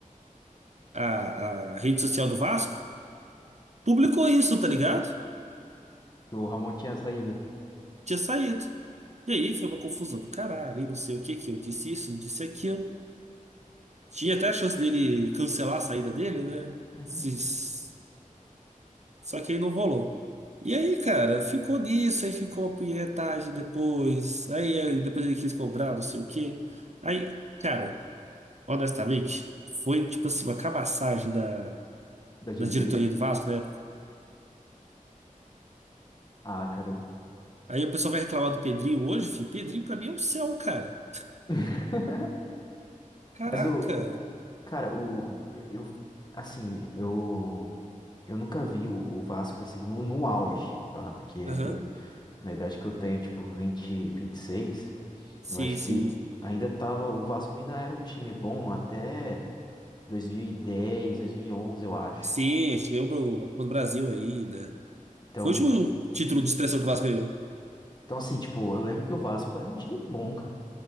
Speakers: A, on the right (about 55°); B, on the left (about 30°).
A: a a rede social do Vasco publicou isso, tá ligado?
B: Que o Ramon tinha saído?
A: Tinha saído. E aí foi uma confusão do caralho, e não sei o que que eu disse isso, não disse aquilo. Tinha até a chance dele cancelar a saída dele, né?
B: Uhum.
A: Se- Só que aí não rolou. E aí, cara, ficou nisso, aí ficou a punhetagem depois. Aí aí depois ele quis cobrar, não sei o quê. Aí, cara, honestamente, foi tipo assim, uma cabaçagem da,
B: Da diretoria?
A: da diretoria do Vasco na época.
B: Ah, cara. eu-
A: Aí o pessoal vai reclamar do Pedrinho hoje, filho. Pedrinho pra mim é um céu, cara.
B: <laughs>
A: Caraca.
B: Mas o. Cara, o. Eu. eu- Assim, eu. Eu nunca vi o, o Vasco assim no, no auge, tá? Porque
A: Aham.
B: Na idade que eu tenho, tipo, vinte vinte e seis
A: Sim,
B: eu acho
A: sim.
B: que ainda tava, o Vasco ainda era um time bom até dois dois mil mil e dez dois mil e onze eu acho.
A: Sim, a gente ganhou pro- a Copa do Brasil ainda.
B: Então,
A: Foi o último título de expressão que o Vasco ganhou.
B: então assim, tipo, eu lembro que o Vasco era um time bom, cara.